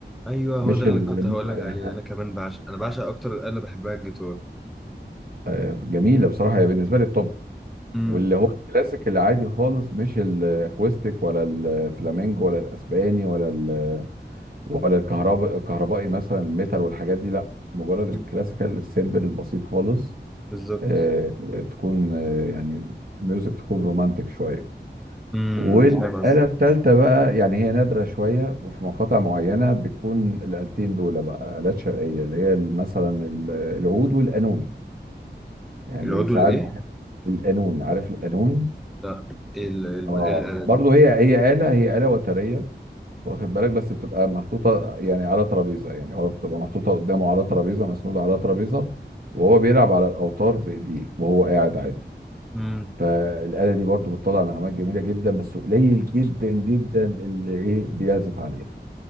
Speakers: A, in the centre; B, on the right.
A: أيوه
B: مش
A: هو ده اللي
B: ال...
A: كنت هقول
B: مش
A: لك عليه أنا
B: <laughs>
A: كمان بعشق أنا بعشق أكتر أنا بحبها الجيتار
B: آه، جميله بصراحه هي بالنسبه لي التوب
A: أمم
B: واللي هو الكلاسيك العادي خالص مش الاكوستيك ولا الفلامينجو ولا الاسباني ولا ال... ولا الكهرباء الكهربائي مثلا الميتال والحاجات دي لا مجرد الكلاسيكال
A: أمم،
B: السيمبل البسيط خالص
A: بالظبط
B: آه، تكون آه، يعني الميوزك تكون رومانتك شويه
A: أمم
B: والآلة
A: فاهم قصدي
B: التالتة بقى يعني هي نادرة شوية وفي مقاطع معينة بتكون الآلتين دول بقى آلات شرقية اللي هي مثلا ال- العود والقانون يعني
A: العضو
B: ساعات
A: الإيه؟
B: القانون عارف القانون
A: لا إيه ال- إيه الم-
B: اه
A: إيه الآلة
B: برضه
A: دي؟
B: هي هي آلة هي آلة وترية واخد بالك بس بتبقى محطوطة يعني على ترابيزة يعني هو بتبقى محطوطة قدامه على ترابيزة مسنودة على ترابيزة وهو بيلعب على الأوتار بإيديه وهو قاعد عادي
A: أمم
B: فالآلة دي برضه بتطلع نغمات جميلة جدا بس قليل جدا جدا اللي إيه بيعزف عليها